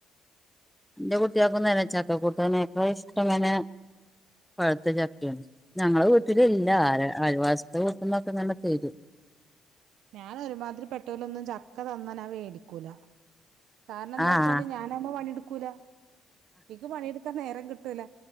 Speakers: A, in the centre; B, on the right.
A: ന്റെ കുട്ട്യാക്കൊന്നന്നെ ചക്കക്കൂട്ടനക്ക ഇഷ്ടം <unintelligible> പഴുത്ത ചക്ക്യാണ്. ഞങ്ങള വീട്ടിലില്ലാ
B: ആഹ്
A: ആ ആൽവാസ്ത്തെ വൂട്ട്ന്നൊക്കെ നമ്മെ തരും
B: ഞാനൊരുമാതിരി പെട്ടോലൊന്നും ചക്ക തന്നാനാ വേടിക്കൂല കാരണം എന്താച്ചാല്
A: ആഹ്
B: ഞാൻ നമ്മ പണിയെടുക്കൂല എക്ക് പണിയെടുക്കാൻ നേരം കിട്ടൂല